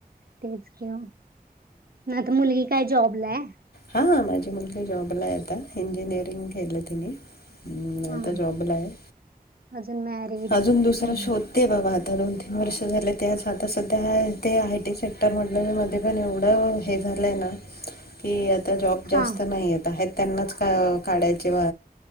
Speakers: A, on the right (about 70°); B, on the left (about 80°).
A: तेच किऊ ना तर मुलगी काय जॉबला आहे
B: हा माझी मुलगी जॉबला आहेता इंजिनिअरिंग केलं तिने हम्म
A: हा
B: आता जॉबला आहे
A: अजून मॅरिड
B: अजून दुसरा
A: नाही
B: शोध ते बाबा आता दोन तीन वर्ष झाले ते आता सध्या ते आय टी सेक्टर म्हधल्या मध्ये पण एवढ हे झालंय की आता जॉब जास्त
A: हा
B: नाही त्यांनाच काढ्याचे